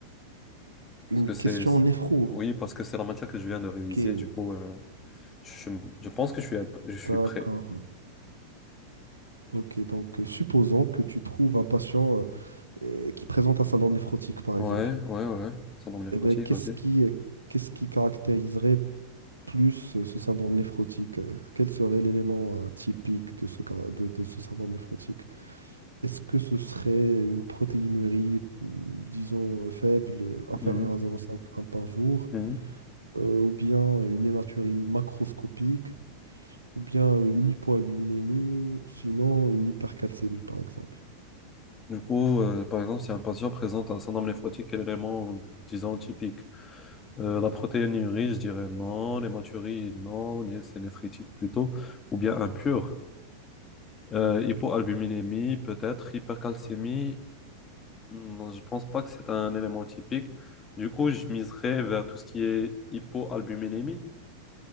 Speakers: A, on the right; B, on the left.
A: Une
B: Parce que c'est...
A: question
B: c'est-
A: néphro.
B: Oui, parce que c'est la matière que je viens de réviser,
A: Ok,
B: du coup euh, je, je pense que je suis, à- je suis
A: d'accord.
B: prêt.
A: Ok, donc euh, supposons que tu trouves un patient euh, euh, qui présente un syndrome néphrotique, par
B: Ouais,
A: exemple.
B: ouais, ouais. Syndrome néphrotique,
A: Eh ben, qu'est-ce
B: vas-y.
A: qui, euh, qu'est-ce qui caractériserait plus euh, ce syndrome néphrotique, euh, quel serait l'élément euh, typique de ce, cara- de, de ce syndrome néphrotique? Est-ce que ce serait une protéinurie, mm, disons, euh, faible, euh,
B: Mhm,
A: inférieure à 0,5 g par jour,
B: mhm.
A: euh, ou bien euh, une hématurie macroscopique, ou bien euh, une hypoalbuminémie, sinon une hypercalcémie, par exemple?
B: Du coup, euh, par exemple, si un patient présente un syndrome néphrotique, quel élément, disons, typique? Euh, la protéinurie, je dirais non. L'hématurie, non. né- C'est néphritique plutôt. Ou bien impur. Euh, hypoalbuminémie, peut-être. Hypercalcémie, hmm, je pense pas que c'est un élément typique. Du coup, je miserais vers tout ce qui est hypoalbuminémie.